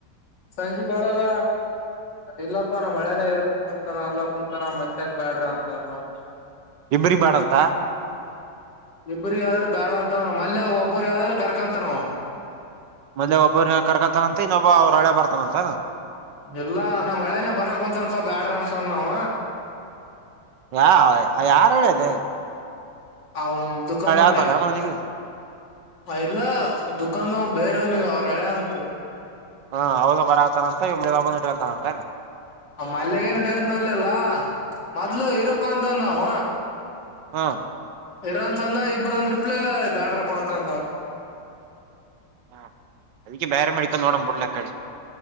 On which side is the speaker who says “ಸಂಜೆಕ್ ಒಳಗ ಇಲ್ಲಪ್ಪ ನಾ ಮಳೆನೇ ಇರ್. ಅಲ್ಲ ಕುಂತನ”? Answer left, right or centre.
Left